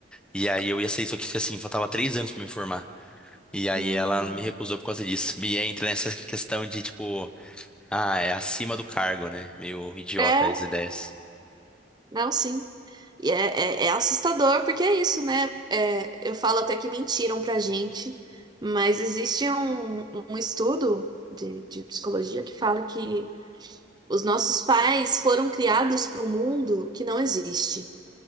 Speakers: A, in the centre; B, on the right (about 20°).
A: E aí eu ia ser isso aqui assim, faltava três anos pra me formar. E aí
B: Hum.
A: ela me recusou por causa disso. Me entra nessa questão de tipo, ah, é acima do cargo, né? Meio idiota
B: É,
A: as ideias.
B: não, sim. E é, é, é assustador, porque é isso, né? É, eu falo até que mentiram pra gente, mas existe um, um estudo de, de psicologia que fala que os nossos pais foram criados para um mundo que não existe.